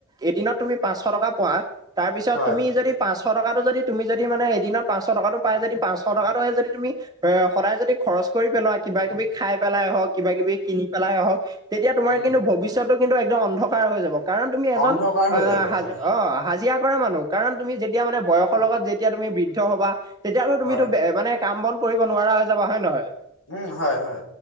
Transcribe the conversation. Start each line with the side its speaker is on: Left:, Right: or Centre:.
Right: এদিনত তুমি পাঁচশ টকা পোৱা। তাৰ পিছত
Left: হয়
Right: তুমি যদি, পাঁচশ টকাটো যদি তুমি যদি মানে এদিন পাঁচশ টকাটো পায় যদি পাঁচশ টকাটোৱে যদি তুমি, এ সদায় যদি খৰচ কৰি পেলোৱা, কিবা কিবি খাই পেলাই হওক, কিবা কিবি কিনি পেলাই হওক। তেতিয়া তোমাৰ
Left: উম
Right: কিন্তু ভৱিষ্যতটো কিন্তু একদম অন্ধকাৰ হৈ যাব। কাৰণ তুমি এজন
Left: অন্ধকাৰ হৈ
Right: অ
Left: যাব
Right: হ
Left: হয়
Right: অ হাজিৰা কৰা মানুহ কাৰণ, তুমি যেতিয়া মানে বয়সৰ লগত যেতিয়া তুমি বৃদ্ধ হ'বা। তেতিয়াহ'লে তুমিটো
Left: হয়
Right: বে মানে, কাম বন কৰিব নোৱাৰা হৈ যাবা। হয় নহয়?
Left: উম, হয় হয়।